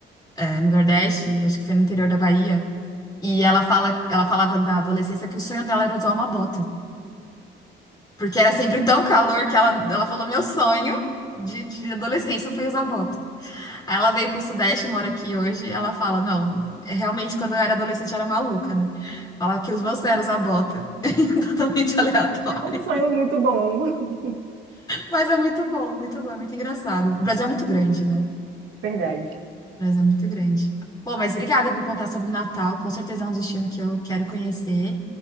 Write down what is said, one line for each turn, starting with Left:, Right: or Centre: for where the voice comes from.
Left: é, no Nordeste, acho que foi no interior da Bahia. E ela fala, ela falava na adolescência que o sonho dela era usar uma bota. Porque era sempre tão calor que ela, ela falou: meu sonho de, de adolescência foi usar bota. Aí ela veio pro Sudeste, mora aqui hoje, e ela fala: não, é realmente quando eu era adolescente eu era maluca, né? Fala que os meus sonhos eram usar bota. <laughs> Totalmente aleatório.
Right: É um sonho muito bom. <laughs>
Left: Mas é muito bom, muito bom, é muito engraçado. O Brasil é muito grande, né?
Right: Verdade.
Left: O Brasil é muito grande. Pô, mas obrigada por contar sobre o Natal. Com certeza é um destino que eu quero conhecer.